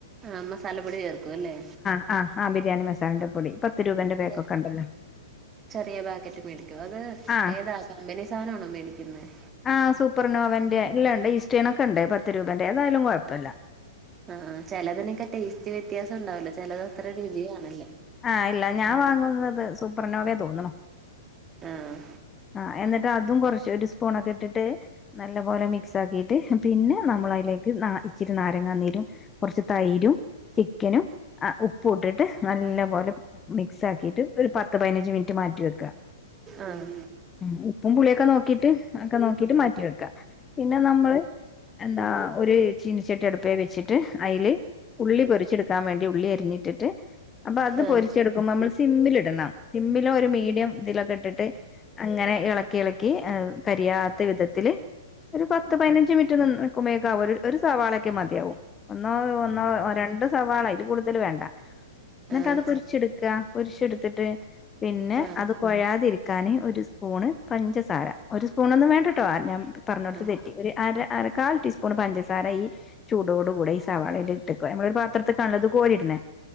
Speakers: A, on the right; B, on the left.
A: ആഹ് മസാലപ്പൊടി ചേർക്കും അല്ലേ
B: ആഹ് ആഹ് ബിരിയാണി മസാലന്റെറെ പൊടി പത്ത് രൂപേന്റെ പേക്കൊക്കെ
A: അതെ
B: ഉണ്ടല്ലോ
A: ചെറിയ പേക്കറ്റ് മേടിക്കും അത്
B: ആ
A: ഏതാ കമ്പനി സാനാണോ മേടിക്കുന്നത്
B: ആഹ് സൂപ്പർനോവന്റെ ഇല്ലാ ഇണ്ട് ഇസ്റ്റേൻൊക്കെ ഇണ്ട് പത്ത് രൂപേന്റെ ഏതായാലും കൊഴപ്പല്ല
A: ആഹ് ചെലതിനൊക്കെ ടേസ്റ്റ് വ്യത്യാസം ഇണ്ടാവൂലെ ചെലത് അത്ര രുചി കാണില്ല
B: ആഹ് ഇല്ല ഞാൻ വാങ്ങുന്നത് സൂപ്പർനോവേ തോന്നുന്നു
A: ആഹ്
B: ആഹ് എന്നിട്ട് അതും കൊറച്ച് ഒരു സ്പൂൺക്കെ ഇട്ടിട്ട് നല്ലപോലെ മിക്സ് ആക്കിയിട്ട് പിന്നെ നമ്മള അയ്ലേക്ക് ന്നാ ഇച്ചിരി നാരങ്ങ നീരും കൊർച്ച് തൈരും ചിക്കനും അ ഉപ്പ് ഇട്ടിട്ട് നല്ല പോലെ മിക്സാക്കിയിട്ട് ഒരു പത്ത് പതിനഞ്ച് മിനിറ്റ് മാറ്റി വെക്ക
A: ആഹ്
B: ഉം ഉപ്പും പുളിയൊക്കെ നോക്കിട്ട് ഒക്കെ നോക്കിട്ട് മാറ്റി വെക്കാ പിന്നെ നമ്മള് എന്താ ഒരു ചീനച്ചട്ടി അടുപ്പേ വെച്ചിട്ട് അയ്ല് ഉള്ളി പൊരിച്ചെടുക്കാൻ വേണ്ടി ഉള്ളി അരിഞ്ഞിട്ടിട്ട് അപ്പൊ അത്
A: ആഹ്
B: പൊരി ച്ചെടുക്കുമ്പോ നമ്മൾ സിമ്മിലിടണം സിമ്മില ഒരു മീഡിയം ഇതിലൊക്കെ ഇട്ടിട്ട് അങ്ങനെ ഇളക്കി ഇളക്കി കരിയാത്ത വിധത്തില് ഒരു പത്ത് പതിനഞ്ച് മിനിറ്റ് നിക്കുമേക്ക ഒരു സവാളൊക്കെ മതിയാവും ഒന്നോ ഒന്നോ രണ്ട സവാള അൽ കൂടുതൽ വേണ്ട എന്നിട്ട്
A: ആഹ്
B: അത് പൊരിച്ചെടുക്ക പൊരിച്ചെടുത്തിട്ട് പിന്നെ
A: ആഹ് ആഹ് ആഹ്
B: അത് കുഴയാതിരിക്കാൻ ഒരു സ്പൂണ് പഞ്ചസാര ഒരു സ്പൂണൊന്നും വേണ്ടട്ടോ ഞാൻ പറഞ്ഞ കൊടുത്ത്
A: ആഹ്
B: തെറ്റി ഒരു അര അ കാൽ ടീസ്പൂൺ പഞ്ചസാര ഈ ചൂടോട കൂടെ ഈ സവാളൽ ഇട്ടക്ക നമ്മളൊരു പാത്രത്തിക്കാണല്ലോ കോരിടണെ